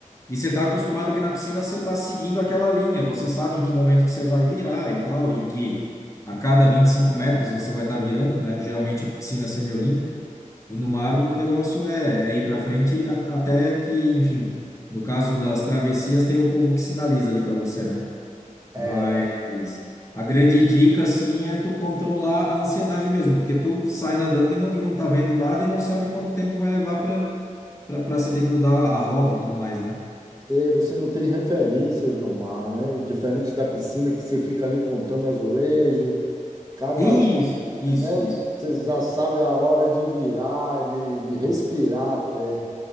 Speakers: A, on the left; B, on the right.
A: E você está acostumado que na piscina você está seguindo aquela linha, você sabe em que momento que você vai virar e tal, e que a cada 25 metros você vai estar virando, né? Geralmente piscina semiolímpica. E no mar o negócio é, é ir para frente a- até que, enfim, no caso das travessias tem o povo que sinaliza ali para você, né?
B: É,
A: Mas a grande dica, assim, é tu controlar a ansiedade mesmo, porque tu sai nadando e não, e não tá vendo nada e não sabe quanto tempo vai levar para para você ter que mudar a rota e tudo mais, né?
B: e você não tem referências no mar, né? Diferente da piscina que você fica ali contando azulejo, cada,
A: Isso, isso,
B: né?
A: isso.
B: Você já sabe a hora de virar, de, de respirar até.